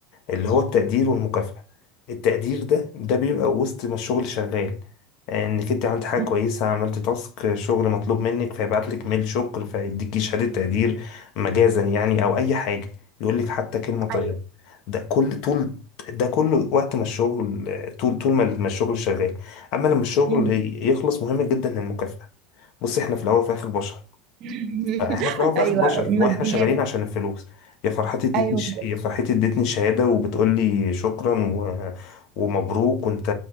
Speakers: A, on the left (about 60°); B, on the right (about 55°).
A: اللي هو التقدير والمكافأة التقدير ده ده بيبقى وسط ما الشغل شغال انك انت عملت حاجة
B: مم.
A: كويسة عملت تاسك شغل مطلوب منك فيبعت لك ميل شكر فيديكي شهادة تقدير مجازا يعني او اي حاجة يقول لك حتى كلمة طيبة
B: ايوه
A: ده كل طول ده كله وقت ما الشغل طول طول ما ما الشغل شغال اما لما الشغل
B: مم.
A: يخلص مهم جدا المكافأة بص احنا في الاول وفي الاخر بشر
B: <laughs>
A: فاحنا في الاول وفي
B: ايوه
A: الاخر بشر واحنا
B: ماديات
A: شغالين عشان الفلوس يا فرحتي ادتني
B: ايوه
A: ش... يا فرحتي ادتني شهاده وبتقول لي شكرا و... ومبروك وانت